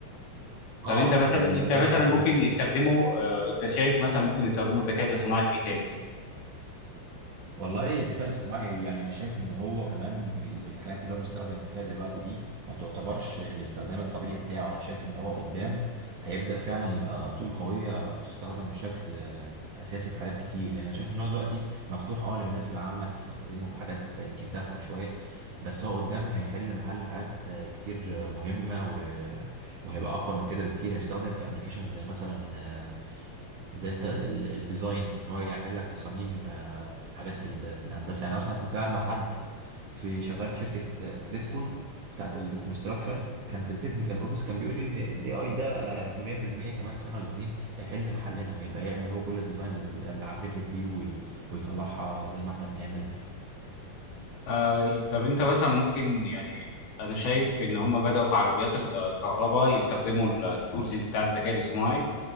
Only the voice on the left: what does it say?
طب انت مثلا
انت
مثلا
ممكن
يستخدمه آه، انت شايف مثلا ممكن يستخدموا الذكاء الاصطناعي في ايه تاني؟
آه، طب انت مثلا ممكن يعني انا شايف ان هم بدأوا في عربيات الكهرباء يستخدموا التولز بتاعت الذكاء الاصطناعي